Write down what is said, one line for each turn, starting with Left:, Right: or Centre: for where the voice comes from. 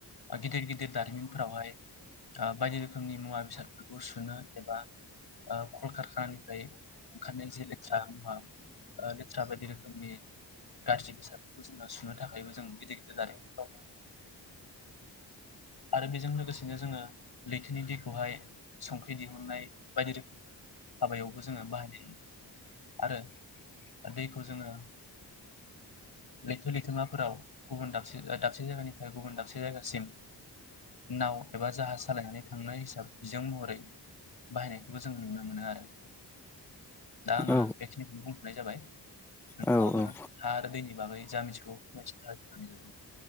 Left: गिदिर -गिदिर दारिमिन फोरावहाय ओ बायदि रोखोमनि मुवा बेसाद बेखौ सुनो एबा कलकखानिफ्राय ओंखारनाय जे लेखा मुंआ ओ लेत्ता बायदि रोखोमनि गाज्रि बेसादफोरखौ जोङो सुनो थाखायबो जों गिदिर -गिदिर लाारिमिफोराव आरो बेजों लोगोसेनो जोङो लैथोनि दैखौहाय संख्रि दिहुननाय बायदि रोखोमनि हाबायावबो जोङो बाहायनाय जायो। आरो दैखौ जोङो लैथो -लैथोमाफोराव गुबुन दाबसे ओ दाबसे जायगानिफ्राय गुबुन दाबसे जायगासिम नाव एबा जाहाज सालायनानै थांनाय हिसाबै बिजों महरै बाहायनायखौबो जों नुनो मोनो आरो। दा आङो
Centre: औ
Left: बेखिनिखौनो बुंथ'नाय जाबाय। नोंथाङाबो
Centre: औ ओ
Left: हा आरो दैनि बागै जामिनसखौ फोरमायथिनो थाखाय